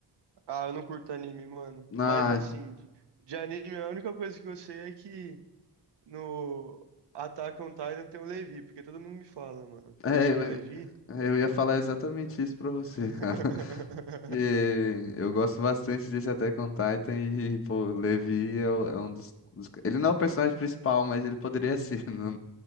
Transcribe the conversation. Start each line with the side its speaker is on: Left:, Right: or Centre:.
Right: Ah, eu não curto anime, mano.
Left: Ah,
Right: Mas assim, de, de anime, a única coisa que eu sei é que no Attack on Titan tem o Levi, porque todo mundo me fala, mano.
Left: é,
Right: E eu chamo Levi.
Left: eu, eu ia falar exatamente isso pra você,
Right: <laughs>
Left: cara. <laughs> E eu gosto bastante desse Attack on Titan e, pô, o Levi é, o- é um dos, dos- Ele não é o personagem principal, mas ele poderia ser <laughs> no,